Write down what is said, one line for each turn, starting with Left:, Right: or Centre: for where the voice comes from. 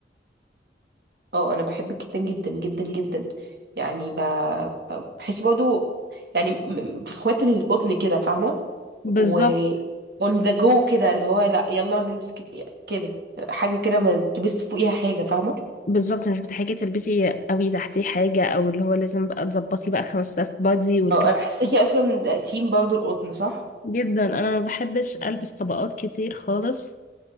Right: اه انا بحب الكتان جدا جدا جدا يعني ب- بحس برضو يعني م- م- في اخوات القطن كده فاهمه
Left: بالظبط
Right: و on the go كده اللي هو لا يلا هنلبس كت- كده حاجه كده ما تلبس فوقيها حاجه فاهمه
Left: بالظبط مش بتحتاجي تلبسي قوي تحتيه حاجة او اللي هو لازم بقى تظبطي بقى خمس صف بادي والكلام
Right: اه انا حاساكي
Left: ده.
Right: اصلا تيم برضو القطن صح
Left: جدا انا ما بحبش البس طبقات كتير خالص